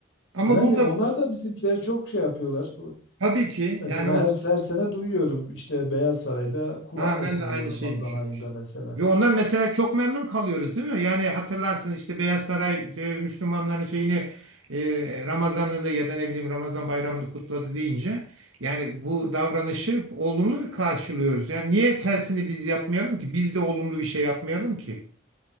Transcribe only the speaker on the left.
Yani
onlar da bizimkileri çok şey yapıyorlar.
Mesela
her, her sene duyuyorum işte Beyaz Saray'da Kur'an
okunuyor
Ramazan
ayında mesela.